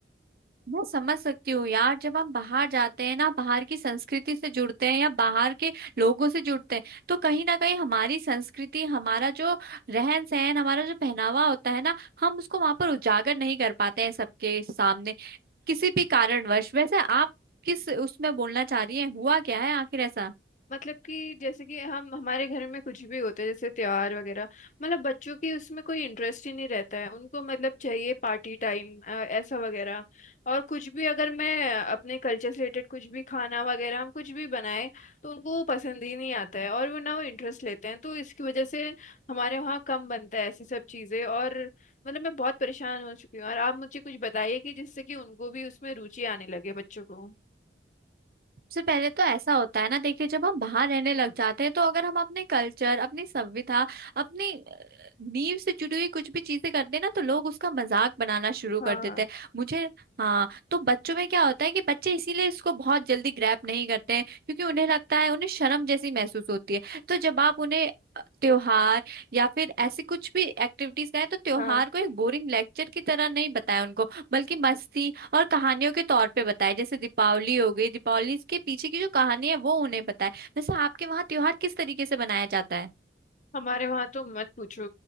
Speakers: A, on the right; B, on the left.
A: मैं समझ सकती हूँ यार जब हम बाहर जाते हैं ना बाहर की संस्कृति से जुड़ते हैं या बाहर के लोगों से जुड़ते हैं तो कहीं ना कहीं हमारी संस्कृति हमारा जो रहन सहन हमारा जो पहनावा होता है ना हम उसको वहां पर उजागर नहीं कर पाते हैं सबके सामने किसी भी कारणवश वैसे आप किस उसमें बोलना चाह रही हैं हुआ क्या है आखिर ऐसा
B: मतलब कि जैसे कि हम हमारे घर में कुछ भी होते है जैसे त्योहार वगैरह मतलब बच्चों की उसमें कोई इंटरेस्ट ही नहीं रहता है उनको मतलब चाहिए पार्टी टाइम ऐसा वगैरह और कुछ भी अगर मैं अपने कल्चर से रिलेटेड कुछ भी खाना वगैरह हम कुछ भी बनाए तो उनको वो पसंद ही नहीं आता है और वो ना वो इंटरेस्ट लेते हैं तो इसकी वजह से हमारे वहाँ कम बनता है ऐसी सब चीज़ें और मतलब मैं बहुत परेशान हो चुकी हूँ और आप मुझे कुछ बताइए कि जिससे कि उनको भी उसमें रुचि आने लगे बच्चों को
A: सबसे पहले तो ऐसा होता है ना देखिए जब हम बाहर रहने
B: हम्म,
A: लग जाते हैं तो अगर हम अपने कल्चर अपनी संविधा अपनी अ, नींव से जुड़ी हुई कुछ भी चीजें करते हैं ना तो लोग उसका मजाक बनाना शुरू
B: हाँ
A: कर देते हैं मुझे हाँ तो बच्चों में क्या होता है कि बच्चे इसीलिए इसको बहुत जल्दी ग्रैप नहीं करते हैं क्योंकि उन्हें लगता है उन्हें शर्म जैसी महसूस होती है तो जब आप उन्हें अ, त्योहार या फिर ऐसे कुछ भी एक्टिविटीज कराएं तो त्योहार
B: हाँ
A: को एक बोरिंग लेक्चर की तरह नहीं बताएं उनको बल्कि मस्ती और कहानियों के तौर पे बताए जैसे दीपावली हो गई दीपावली के पीछे की जो कहानी है वो उन्हें बताए वैसे आपके वहाँ त्योहार किस तरीके से मनाया जाता है
B: हमारे वहां तो मत पूछो